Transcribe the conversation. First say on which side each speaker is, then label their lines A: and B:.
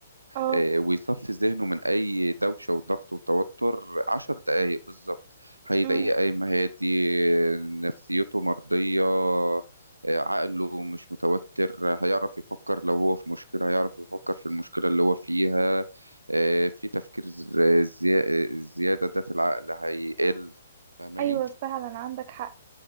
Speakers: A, on the right (about 40°); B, on the right (about 80°).
A: اه
B: آه، ويصفي ذهنه من أي دوشة وضغط وتوتر عشر دقايق بالظبط هيلاقيه
A: امم
B: قايم هادي نفسيته مرضية آه، عقله مش متوتر هيعرف يفكر لو هو في مشكلة هيعرف يفكر في المشكلة اللي هو فيها آه، في تفكير ز- زيا- زيادة ده في العقل هيقل فاهماني؟
A: ايوه فعلا عندك حق